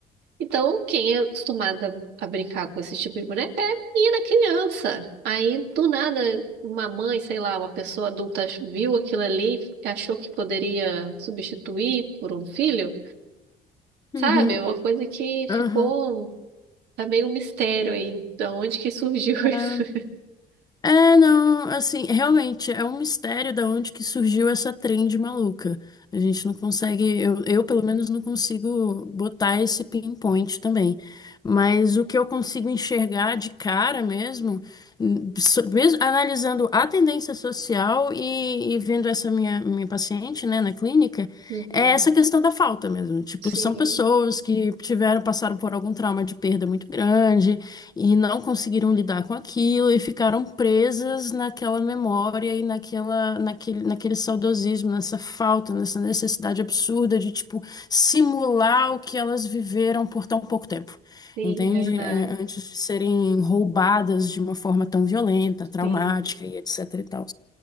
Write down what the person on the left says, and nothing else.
uhum,
uhum.
Ah,
É, não, assim, realmente é um mistério da onde que surgiu essa trend maluca. A gente não consegue, eu, eu pelo menos não consigo botar esse pinpoint também. Mas o que eu consigo enxergar de cara mesmo, n- so- mesmo analisando a tendência social e, e vendo essa minha, minha paciente, né, na clínica.
é essa questão da falta mesmo. Tipo,
são pessoas que tiveram, passaram por algum trauma de perda muito grande e não conseguiram lidar com aquilo e ficaram presas naquela memória e naquela, naquele, naquele saudosismo, nessa falta, nessa necessidade absurda de, tipo, simular o que elas viveram por tão pouco tempo
entende?
É, antes de serem roubadas de uma forma tão violenta, traumática
e etc e tal.